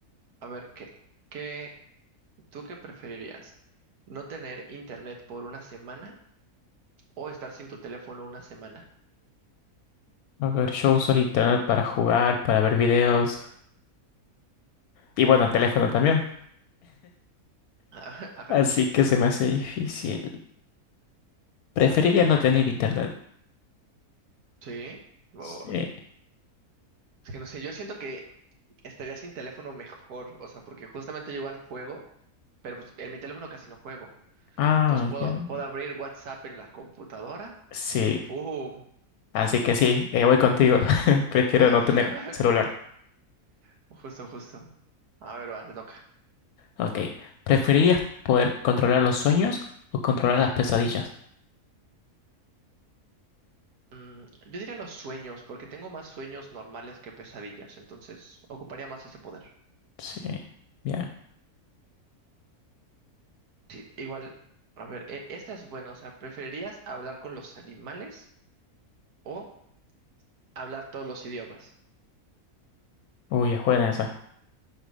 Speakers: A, on the right; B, on the left.
A: A ver, ¿qué, qué, tú qué preferirías? ¿No tener internet por una semana o estar sin tu teléfono una semana?
B: A ver, yo uso el internet para jugar, para ver videos. Y bueno, el teléfono también.
A: <laughs> Ajá.
B: Así que se me hace difícil. Preferiría no tener internet.
A: Sí, o-
B: Sí.
A: es que no sé, yo siento que estaría sin teléfono mejor, o sea, porque justamente yo igual juego, pero pues en mi teléfono casi no juego.
B: Ah,
A: Entonces puedo,
B: ya.
A: puedo abrir WhatsApp en la computadora
B: Sí.
A: y ¡pum!
B: Así que sí, eh, voy contigo. <laughs> Prefiero
A: Ajá.
B: no tener celular.
A: <laughs> Justo, justo. A ver, va, te toca.
B: Ok. ¿Preferirías poder controlar los sueños o controlar las pesadillas?
A: Mm, Yo diría los sueños, porque tengo más sueños normales que pesadillas, entonces ocuparía más ese poder.
B: Sí. Bien.
A: Sí, igual, a ver, e- esta es buena, o sea, ¿preferirías hablar con los animales o hablar todos los idiomas?
B: Uy, es buena esa.